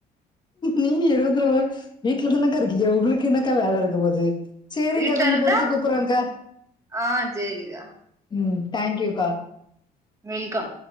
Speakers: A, on the left; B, on the right.
A: நீங்க இருவத்து நாலு வீட்ல தானக்கா இருக்கீங்க உங்களுக்கு என்னக்கா வேல இருக்க போது சேரிக்கா
B: வீட்ல
A: கொஞ்சோ
B: இருந்தா
A: பொறுத்து கூப்புறங்க்கா
B: ஆ சேரிக்கா
A: ம் தேங்க்யூக்கா
B: வெல்கம்